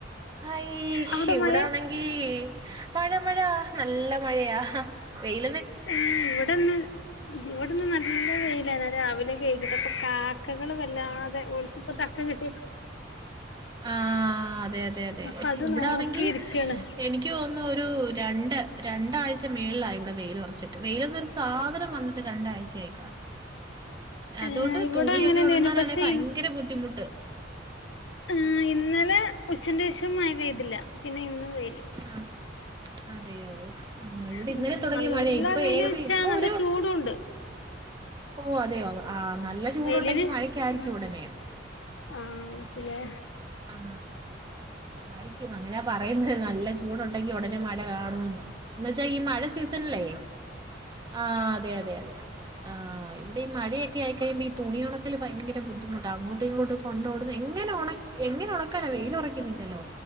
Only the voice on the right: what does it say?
ആ ഐഷ്
ഇവിടാണെങ്കി
മഴ മഴ നല്ല മഴയാ വെയ്
ആഹ് അതെ അതെ അതെ
ഇവിടാണെങ്കി
എനിക്കു തോന്നുന്നു ഒരു രണ്ട് രണ്ടാഴ്ച മേളിലായി വടെ വെയിലൊറച്ചിട്ട് വെയിലെന്നൊരു സാധനം വന്നിട്ട് രണ്ടാഴ്ച ആയികാണും അതുകൊണ്ട്
തുണിയൊക്കെ
ഒണങ്ങാനാണെ
ഭയങ്കര ബുദ്ധിമുട്ട്
ആഹ് അതെയോ മ് ഇവിടിന്നലെ
തൊടങ്ങിയ
മഴയാ ഇപ്പൊ
ഏകദേ
ഇപ്പൊരു
പോവതെയോ ആ നല്ല ചൂടുണ്ടൊങ്കി
മഴക്കാരിക്കും
ഉടനെ
ആ ആരിക്കും അങ്ങനാ പറയുന്നെ നല്ല ചൂടൊണ്ടെങ്കി ഒടനെ ന്നെ മഴ കാണുമെന്ന് എന്നേച്ചാ ഈ മഴ സീസണിലേ ആ അതെ അതെ അതെ ആ ഇവിടെയും മഴയൊക്കെ ആയികഴിയുമ്പം ഈ തുണികളൊക് ക്കല് ഭയങ്കര ബുദ്ധിമുട്ടാ അങ്ങോട്ടു ഇങ്ങോട്ടു കൊണ്ടോടുന്ന എങ്ങനൊണ എങ്ങനൊണക്കാനാ വെയിലൊ റക്കുന്നില്ലലോ